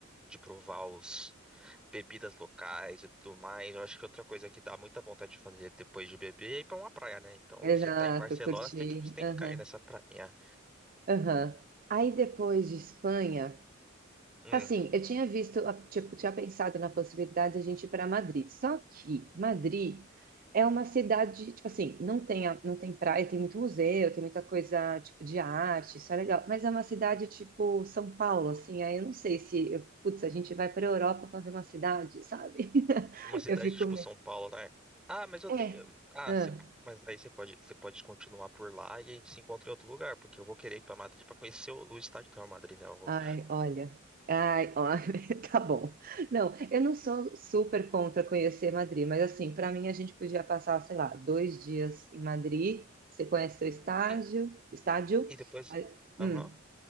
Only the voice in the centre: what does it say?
de provar os bebidas locais e tudo mais. Eu acho que outra coisa que dá muita vontade de fazer depois de beber é ir pra uma praia, né? Então,
você tá em Barcelona,
você tem que, você tem
que cair nessa prainha.
Hum,
uma cidade
tipo
São Paulo, né? Ah, mas eu
tenho. Ah,
você- mas aí você pode, você pode continuar por lá e a gente se encontra em outro lugar, porque eu vou querer ir pra Madrid pra conhecer o, o estádio do Real Madrid, né? Eu vou-
hum,
E depois.
Aham.